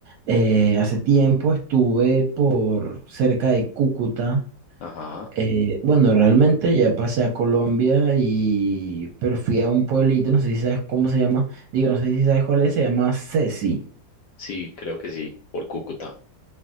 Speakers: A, on the right; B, on the left.
A: Eh, hace tiempo estuve por cerca de Cúcuta
B: Ajá,
A: Eh, bueno, realmente ya pasé a Colombia y pero fui a un pueblito, no sé si sabes cómo se llama, digo, no sé si sabes cuál es, se llama Ceci.
B: sí, creo que sí, por Cúcuta.